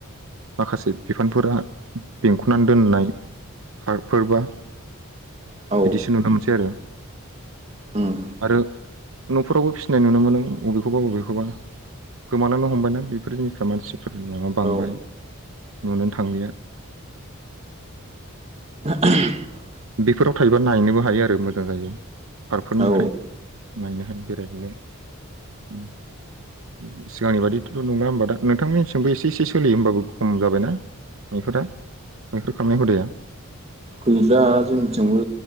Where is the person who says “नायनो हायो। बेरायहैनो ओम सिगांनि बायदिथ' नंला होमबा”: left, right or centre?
Right